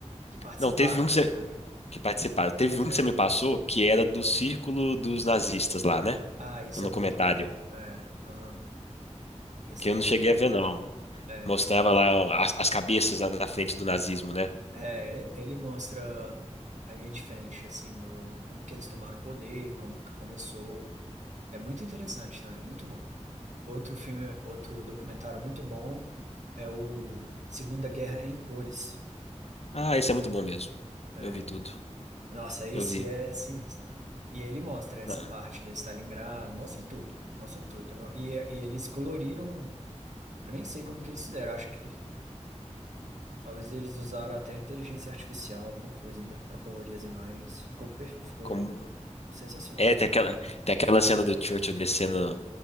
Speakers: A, on the right; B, on the left.
A: Que participaram,
B: Não, teve um que
A: na verdade.
B: que participaram. Teve um
A: É.
B: que você me passou que era do círculo dos nazistas lá, né?
A: Ah, isso
B: No
A: é bom
B: comentário.
A: também. É, aham. Esse
B: Que
A: também
B: eu não cheguei
A: é bom.
B: a ver, não.
A: É,
B: Mostrava lá as, as cabeças na, na frente do nazismo, né?
A: é, ele mostra a linha de frente, assim, no, como que eles tomaram o poder, como que começou. É muito interessante também, muito bom. Outro filme, outro documentário muito bom é o Segunda Guerra em Cores.
B: Ah, isso é muito bom mesmo.
A: É.
B: Eu vi tudo.
A: Nossa, esse
B: Eu vi.
A: é sinistro. E ele mostra essa
B: Ah,
A: parte do Stalingrado, mostra tudo, mostra tudo. E, e eles coloriram, eu nem sei como que eles fizeram, acho que talvez eles usaram até inteligência artificial, alguma coisa, né, para colorir as imagens. Ficou, per- ficou
B: Como...
A: sensacional.
B: É, tem aquela, tem aquela cena do Churchill descendo.